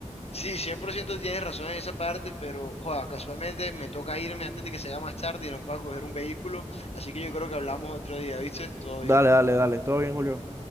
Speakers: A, on the left; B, on the right.
A: Sí, 100% tienes razón en esa parte, pero joda, casualmente me toca irme antes de que sea más tarde y no pueda coger un vehículo, así que yo creo que hablamos otro día, ¿viste? Todo
B: Dale,
A: bien.
B: dale, dale. Todo bien, Julio.